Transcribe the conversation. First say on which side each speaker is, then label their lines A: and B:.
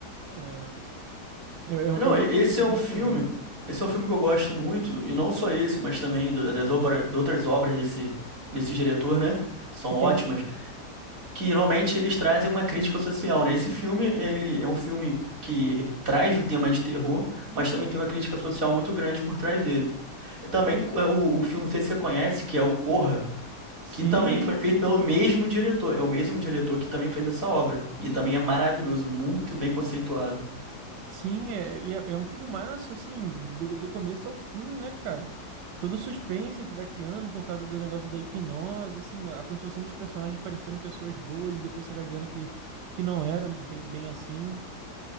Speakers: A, on the right; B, on the right.
A: É, é, é-
B: Não,
A: é outro
B: e- esse
A: filme que
B: é
A: eu acho
B: um
A: muito
B: filme,
A: maneiro.
B: esse é um filme que eu gosto muito, e não só esse, mas também do- das obras, de outras obras desse, desse diretor, né? São
A: Que
B: ótimas,
A: tem.
B: que realmente eles trazem uma crítica social, né? Esse filme, ele é um filme que traz o tema de terror, mas também tem uma crítica social muito grande por trás dele. E Também é, o, o filme, não sei se você conhece, que é o Corra,
A: Sim,
B: que também foi
A: sim.
B: feito pelo mesmo diretor. É o mesmo diretor que também fez essa obra. E também é maravilhoso, muito bem conceituado.
A: Sim, é, e é, é um filmaço, assim, do, do começo ao fim, né, cara? Todo o suspense que vai criando por causa do negócio da hipnose, assim, a construção dos personagens parecendo pessoas boas e depois você vai vendo que, que não era bem, bem assim.